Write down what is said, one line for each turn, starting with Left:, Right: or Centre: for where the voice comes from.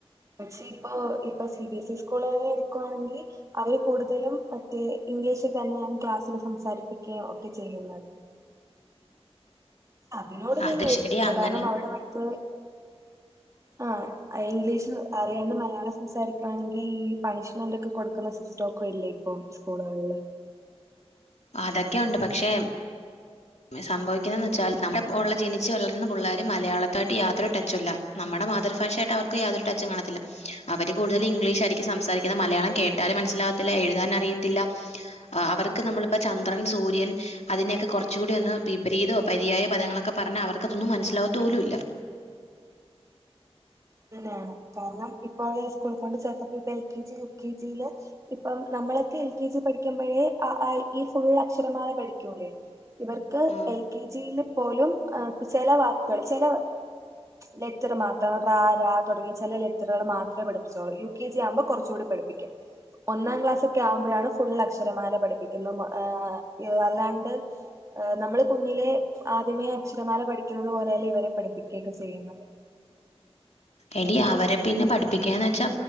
Right: പക്ഷെ ഇപ്പൊ ഇപ്പ C B S E school എടുക്കുവാണെങ്കി അവര് കൂടുതലും മറ്റേ ഇംഗ്ലീഷ് തന്നെയാണ് ക്ലാസ്സിൽ സംസാരിപ്പിക്കാ ഒക്കെ ചെയ്യുന്നത് അതിനോട് ഞാൻ
Left: അത്
Right: യോജിക്കുന്നില്ല
Left: ശരി അങ്ങനെ
Right: കാരണം അവിടെ മറ്റേ ആഹ് ഇംഗ്ലീഷ് അറിയാണ്ട് മലയാളം സംസാരിക്കാണെങ്കി ഈ പണിഷ്മെന്റ് ഒക്കെ കൊടു ക്ക്ന്ന സിസ്റ്റൊക്കെ ഇല്ലേ ഇപ്പ സ്കൂള്കൾല്
Left: അതൊക്കെ ഉണ്ട് പക്ഷെ സംഭവിക്കുന്നെന്ന് വെച്ചാൽ നമ്മുടെ ബോഡർല് ജനിച്ച് വളർന്ന പുള്ളേര് മലയാളത്തായിട്ട് യാതൊര് ടച്ചുല്ല നമ്മടെ മാതൃഭാഷയാട്ട് അവർക്ക് യാതൊരു ടച്ചും കാണത്തില്ല അവര് കൂടുതലും ഇംഗ്ലീഷ് ആയിരിക്കും സംസാരിക്കുന്നത് മലയാളം കേട്ടാലും മനസ്സിലാവത്തില്ല എഴുതാന് അറിയത്തില്ല അവർക്ക് നമ്മളിപ്പ ചന്ദ്രൻ സൂര്യൻ അതിനെയൊക്കെ കൊർ ച്ചൂടി ഒന്ന് വിപരീതോ പര്യായ പദങ്ങളൊക്കെ പറഞ്ഞാ അവർക്കതൊന്നും മനസ്സിലാവത്തുപോലുല്ല
Right: ഇങ്ങനേണ് കാരണം ഇപ്പോ ഐസ്കൂള് കൊണ്ട് ചേർത്തപ്പോ ഇപ്പ L K G U K ജിലെ ഇപ്പം നമ്മളെക്കെ എൽ കെ ജി പഠിക്കുമ്പഴേ അ ആ ഇ ഈ ഫുൾ അക്ഷരമാല പഠിക്കൂലേ ഇവർക്ക്
Left: ഇല്ല
Right: എൽ കെ ജിയില് പോലും ചെല വാക്കുകള് ചെല ലെറ്റർ മാത്രം പ്ര, ര, തുടങ്ങിയ ചെല ലെറ്ററുകള് മാത്രേ പഠിപ്പിച്ചോള്ളു യു കെ ജി ആവുമ്പോ കൊറച്ചൂടി പഠിപ്പിക്കും ഒന്നാം ക്ലാസ് ഒക്കെ ആവുമ്പോഴാണ് ഫുൾ അക്ഷരമാല പഠിപ്പിക്കുന്നെ ഏഹ് അല്ലാണ്ട് നമ്മള് കുഞ്ഞിലെ ആദ്യമേ അക്ഷരമാല പഠിക്കുന്നത് പോലെയല്ല ഇവരെ പഠിപ്പിക്കയൊക്കെ ചെയ്യുന്നത്
Left: എടീ അവരെ പിന്നെ പഠിപ്പി ക്കാ വെച്ചാ